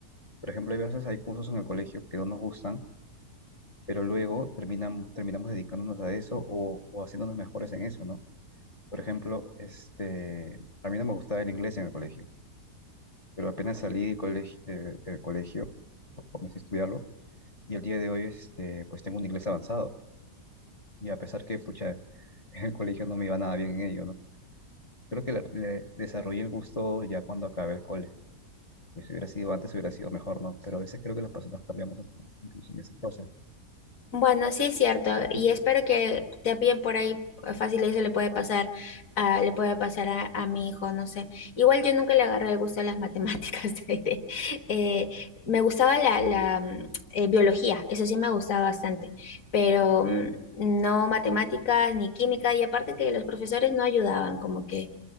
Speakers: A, on the left; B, on the left.
A: por ejemplo, hay veces hay cursos en el colegio que no nos gustan, pero luego terminan, terminamos dedicándonos a eso o, o haciéndonos mejores en eso, ¿no? Por ejemplo, este, a mí no me gustaba el inglés en el colegio pero apenas salí del colegio, eh, del colegio, comencé a estudiarlo y el día de hoy este, pues tengo un inglés avanzado y a pesar que pucha, <laughs> en el colegio no me iba nada bien en ello, ¿no? Creo que le, le desarrollé el gusto ya cuando acabé el cole. Pues si hubiera sido antes, hubiera sido mejor, ¿no? Pero a veces creo que las personas cambiamos hasta- incluso en esas cosas.
B: Bueno, sí es cierto, y espero que te también por ahí eh, fácil eso le puede pasar, a, le puede pasar a, a mi hijo, no sé. Igual yo nunca le agarré el gusto a las matemáticas, <laughs> te diré. Eh, me gustaba la, la mm, eh, biología, eso sí me gustaba bastante, pero mm, no matemáticas ni química, y aparte que los profesores no ayudaban, como que